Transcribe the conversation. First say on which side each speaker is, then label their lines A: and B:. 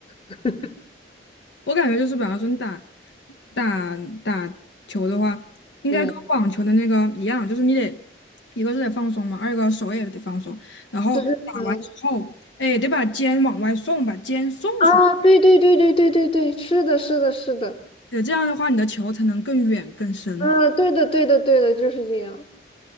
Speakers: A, on the left; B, on the left.
A: <laughs>
B: 我感觉就是，比方说你打打打球的话，应该跟网球的那个一样，
A: 嗯，
B: 就是你得一个是得放松嘛，二一个手也得放松，然后打完之后，
A: 就是嗯
B: 哎，得把肩往外送，把肩送出去，
A: 啊，对对对对对对对，是的，是的，是的。
B: 对，这样的话你的球才能更远更深。
A: 嗯，对的，对的，对的，就是这样。